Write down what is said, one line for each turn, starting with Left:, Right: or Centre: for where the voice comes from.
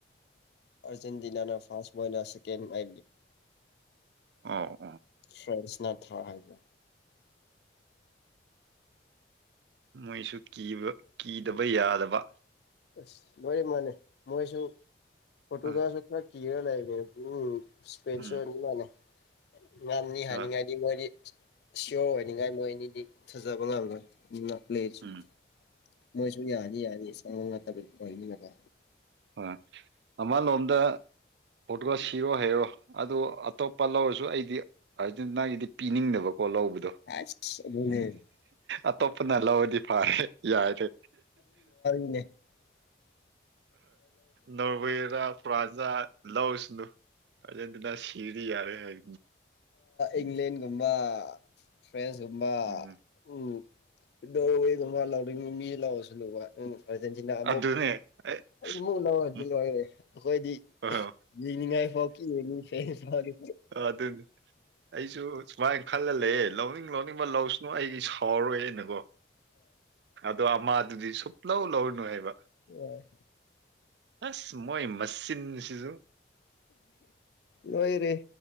Left: ꯑꯔꯖꯦꯟꯇꯤꯅꯥꯅ ꯐꯥꯥꯁ ꯃꯣꯜꯅ ꯁꯦꯀ ꯂ
Right: ꯑ
Left: ꯐ꯭ꯔꯦꯟꯁꯅ ꯊ꯭ꯔꯥ ꯍꯥꯏꯕ
Right: ꯃꯣꯏꯁꯨ ꯀꯤꯗꯕ ꯌꯥꯗꯕ
Left: ꯑꯁ ꯃ ꯃꯥꯥꯟꯂꯦ ꯃꯣꯏꯁꯨ ꯐꯣꯇꯣꯒ꯭ꯔꯥꯐꯁꯨ
Right: ꯑ
Left: ꯈꯔ ꯀꯤꯔ ꯂꯩꯕꯅꯦ ꯎꯝ ꯏꯁꯄꯦꯟꯁꯨꯅꯤ
Right: ꯎꯝ
Left: ꯌꯥꯅꯦ ꯉꯅꯤ ꯍꯥꯏꯅꯤꯡꯉꯥꯏꯗꯤ
Right: ꯑ
Left: ꯃꯣꯏꯗꯤ ꯁꯤꯌꯣꯔ ꯑꯣꯏꯅꯤꯡꯉꯥꯏ ꯃꯣꯏ ꯑꯅꯤꯗꯤ ꯊꯥꯖꯕ ꯉꯝꯂꯣꯏ ꯭ꯂꯦꯁꯨ
Right: ꯎꯝ
Left: ꯃꯣꯏꯁꯨ ꯌꯥꯅꯤ ꯌꯥꯅꯤ ꯁꯪꯉꯣ ꯅꯠꯇꯕ ꯑꯣꯏꯅꯤꯅꯀꯣ
Right: ꯑ ꯑꯃꯂꯣꯝꯗ ꯐꯣꯇꯣꯒ ꯁꯤꯔꯣ ꯍꯥꯏꯔꯣ ꯑꯗꯨ ꯑꯇꯣꯞꯄ ꯂꯧꯔꯁꯨ ꯑꯩꯗꯤ ꯍꯥꯏꯗꯤ ꯅꯪꯒꯤꯗꯤ ꯄꯤꯅꯤꯡꯗꯕꯀꯣ ꯍꯣ ꯂꯧꯕꯗꯣ
Left: ꯑꯁ ꯑꯗꯨꯅꯦ
Right: ꯑꯇꯣꯞꯄꯅ ꯂꯧꯔꯗꯤ ꯐꯔꯦ ꯌꯥꯏꯔꯦ
Left: ꯦ <unintelligible>
Right: ꯅꯣꯔꯋꯦꯔꯥ ꯄ꯭ꯔꯥꯖꯥ ꯂꯥꯎꯁꯅꯨ ꯑꯗꯅ ꯁꯤꯔ ꯌꯥꯔꯦ ꯍꯥꯏ
Left: ꯏꯪꯂꯦꯟꯒꯨꯝꯕ ꯐ꯭ꯔꯦꯟꯁꯀꯨꯝꯕ
Right: ꯎꯝ
Left: ꯎ ꯂꯧ ꯃꯤ ꯂꯧꯔꯁꯨ ꯂꯨꯕ ꯎꯖꯦꯟꯁꯤꯅ ꯑꯃꯨꯛ
Right: ꯑꯗꯨꯅꯦ ꯑꯩ
Left: ꯃ ꯅꯋꯥ
Right: ꯎꯝ
Left: ꯖꯤꯜ ꯑꯣꯏꯔꯦ ꯑꯩꯈꯣꯏꯗꯤ
Right: ꯑꯍ
Left: ꯌꯦꯡꯅꯤꯡꯉꯥꯏ ꯐꯥꯎ ꯀꯉꯅꯤ ꯍ ꯐꯅꯤ
Right: ꯑꯗꯨꯅꯤ ꯑꯩꯁꯨ ꯁꯨꯃꯥꯏꯅ ꯈꯜꯂ ꯂꯩꯦ ꯂꯧꯅꯤꯡ ꯂꯧꯅꯤꯡꯕ ꯂꯧꯁꯅꯨ ꯑꯩꯒꯤ ꯁꯥꯎꯔꯔꯣꯏꯦꯅꯀꯣ ꯑꯗꯣ ꯑꯃꯥꯗꯨꯗꯤ ꯁꯨꯞ ꯂꯧꯧ ꯂꯧꯔꯨꯅꯨ ꯍꯥꯏꯕ
Left: ꯌꯥꯏ
Right: ꯑꯁ ꯃꯣꯏꯣꯏ ꯃꯁꯤꯁꯤꯁꯨ
Left: ꯂꯣꯏꯔꯦ